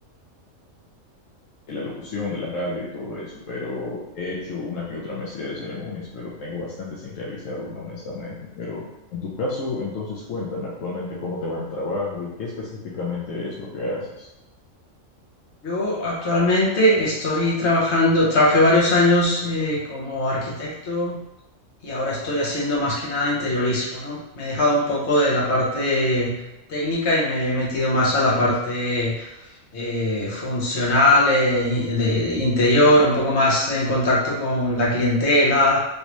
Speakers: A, on the left (about 80°); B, on the left (about 60°).
A: de la locución, de la radio y todo eso, pero he hecho una que otra maestría de ceremonias, pero tengo bastante sin realizar una, honestamente. Pero en tu caso, entonces cuéntame actualmente cómo te va en el trabajo y qué específicamente es lo que haces.
B: Yo actualmente estoy trabajando, trabajé varios años eh, como arquitecto y ahora estoy haciendo más que nada interiorismo, ¿no? Me he dejado un poco de la parte técnica y me he metido más a la parte eh, funcional, eh, in- de de interior, un poco más en contacto con la clientela,